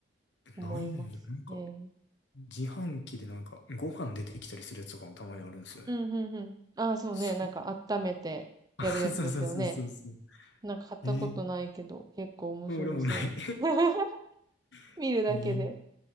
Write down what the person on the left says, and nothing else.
うんないんや。
なんか、自販機でなんか、ご飯出てきたりするやつとかもたまにあるんですよね。
そう
<laughs> そうそうそうそうそう。
ええ
あ俺もない。
<laughs>
ええ